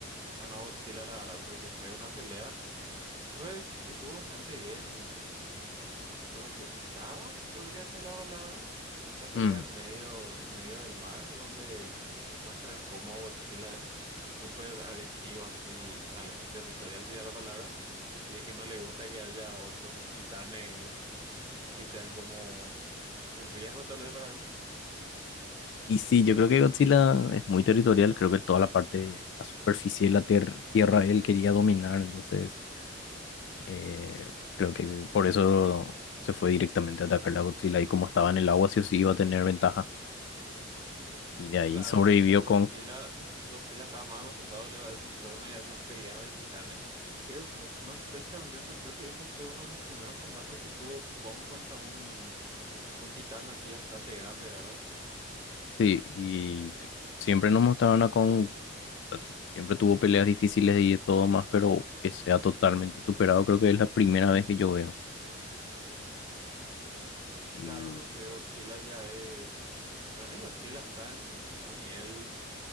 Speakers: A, on the right (about 20°); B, on the left (about 65°).
A: ganó Godzilla, la verdad, porque fue una pelea, creo que fue, estuvo bastante bien proyectada, podría ser la palabra. Esa pelea
B: Mm,
A: en medio, en medio del mar, donde muestran cómo Godzilla es súper agresivo, así, tal vez territorial sería la palabra, y de que no le gusta que haya otros titanes que sean como un riesgo tal vez para él.
B: Y sí, yo creo que Godzilla es muy territorial, creo que toda la parte, la superficie de la tier- tierra, él quería dominar, entonces... Eh, creo que por eso se fue directamente a atacar la Godzilla y como estaba en el agua, sí o sí iba a tener ventaja. Y de ahí
A: Claro,
B: sobrevivió
A: porque Godzilla,
B: Kong.
A: Godzilla estaba más acostumbrado luego a ese entorno y a esas peleas de titanes. Creo que, no estoy tan bien, pero creo que ese fue uno de los primeros combates que tuvo Kong contra un Un titán así bastante grande, ¿verdad?
B: Sí, y siempre nos mostraban a Kong, o sea, siempre tuvo peleas difíciles y de todo más, pero que sea totalmente superado, creo que es la primera vez que yo veo. Y
A: Claro, porque Godzilla ya es... Para mí Godzilla está en un nivel